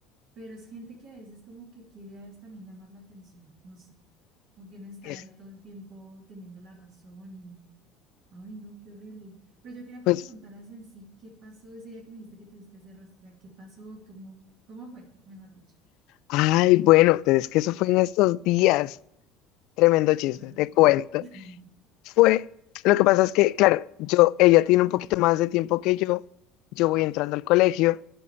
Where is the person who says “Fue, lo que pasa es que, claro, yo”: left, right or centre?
Left